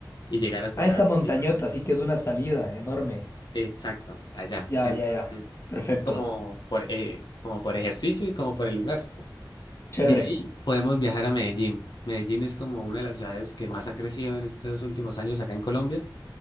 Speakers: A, on the left; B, on the left.
A: y llegar hasta
B: Ah,
A: la
B: esa montañota,
A: sí,
B: así que es una salida enorme.
A: Exacto, allá.
B: Ya,
A: Entonces,
B: ya, ya. Perfecto.
A: como por, eh, como por ejercicio y como por el lugar.
B: Chévere.
A: De ahí podemos viajar a Medellín. Medellín es como una de las ciudades que más ha crecido en estos últimos años acá en Colombia